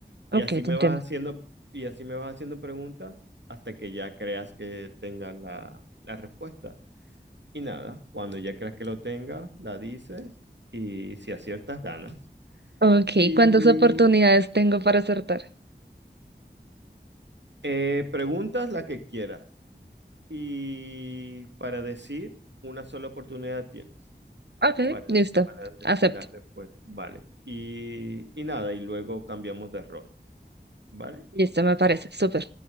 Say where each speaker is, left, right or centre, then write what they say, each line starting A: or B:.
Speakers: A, on the right; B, on the right.
A: Y
B: Ok,
A: así
B: te
A: me
B: entiendo.
A: vas haciendo,
B: <laughs>
A: y así me vas haciendo preguntas hasta que ya creas que tengas la, la respuesta. Y nada, cuando ya creas que lo tengas, la dices y si aciertas, ganas.
B: Ok,
A: Y
B: ¿cuántas oportunidades tengo para acertar?
A: eh, preguntas la que quieras. Y para decir, una sola oportunidad tienes.
B: Ok,
A: para,
B: listo,
A: para decir
B: acepto.
A: la respuesta. Vale. Y, y nada, y luego cambiamos de rol. ¿Vale?
B: Listo, me parece, súper.